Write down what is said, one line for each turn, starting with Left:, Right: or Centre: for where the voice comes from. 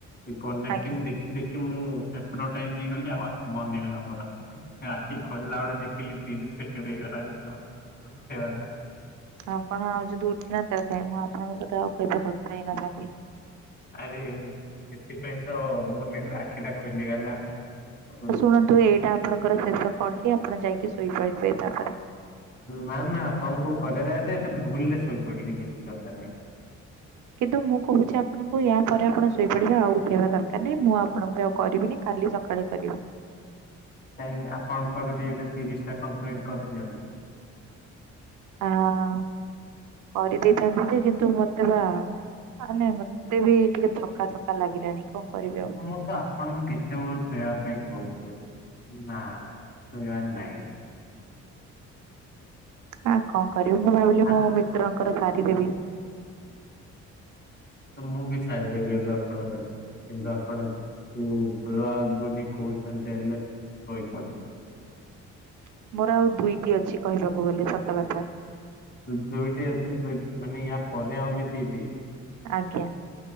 Left: ଏ କନେକ୍ଟିଂ
Right: ଆଜ୍ଞା
Left: ଦେଖି ଦେଖି ମୁଁ ହେପ୍ନୋଟାଇଶ୍ ହେଇଗଲି ଆଉ ଆଖି ବନ୍ଦ ହେଇଗଲା ମୋର, ଆଉ ଆଖି ଖୋଲା ବେଳେ ଦେଖି ଲି ତିରିଶ ସେକେଣ୍ଡ ହେଇଗଲାଣି <unintelligible>
Right: ଆପଣ ଆଉ ଯଦି ଉଠେଇ ନଥାନ୍ତେ ମୁଁ ଆପଣଙ୍କ ସହିତ ଆଉ କେବେ କଥା ହେଇନଥାନ୍ତି।
Left: ଆରେ ସେଥିପାଇଁ ତ ମୁ ଆଖିଟା ଖୋଲିଗଲା। ଓ
Right: ଶୁଣନ୍ତୁ ଏଇଟା ଆପଣଙ୍କର ଶେଷ କଲ କି ଆପଣ ଯାଇକି ଶୋଇପାରିବେ ତାପରେ।
Left: ନା ନା ଆପଣଙ୍କୁ କରିବାର ଅଛି ଭୁଲରେ ଶୋଇପଡିଲେ କିଛି କଥା ନାହିଁ।
Right: କିନ୍ତୁ ମୁଁ କହୁଛି ଆପଣଙ୍କୁ ୟା ପରେ ଆପଣ ଶୋଇପଡିବେ, ଆଉ ଉଠେଇବା ଦରକାର ନାହିଁ, ମୁଁ ଆପଣଙ୍କୁ ବି ଆଉ କରିବିନି କ କାଲି ସକାଳେ କରିବି।
Left: କାହିଁକି ଆପଣଙ୍କର ବି ଏଇଟା ତିରିଶ ଟା କଂପ୍ଲିଟ୍ କରିଦିଅନ୍ତୁ।
Right: ହଁ କରିଦେଇଥାନ୍ତି ଯେ କିନ୍ତୁ ମତେ ବା ଆ ନାଇଁ ମତେ ବି ଟିକେ ଥକା ଥକା ଲାଗିଲାଣି। କଣ କରିବି ଆଉ
Left: ମୁଁ ତ ଆପଣଙ୍କୁ କେତେବେଳୁ ଶୋଇବା ପାଇଁ କହୁଛି। ନା ଶୋଇବାର ନାଇଁ।
Right: ହଁ କଣ କରିବି ମୁଁ ଭାବିଲି
Left: ଆ
Right: ମୋ ମିତ୍ରଙ୍କର ସାରି ଦେବି।
Left: ତ ମୁଁ ବି ସାରିଦେବି ଆଜି ଆପଣଙ୍କର କିନ୍ତୁ ଆପଣ କିନ୍ତୁ ଭଲ ଲାଗୁନି କହୁଚନ୍ତି ହେଲେ ଶୋଇପଡନ୍ତୁ।
Right: ହ ମୋର ଆଉ ଦୁଇଟି ଅଛି କହିବାକୁ ଗଲେ ସତ କଥା।
Left: ଚୁ ଦୁଇଟି ଅଛି ମାନେ ୟା ପରେ ଆହୁରି ଦିଟି?
Right: ଆଜ୍ଞା।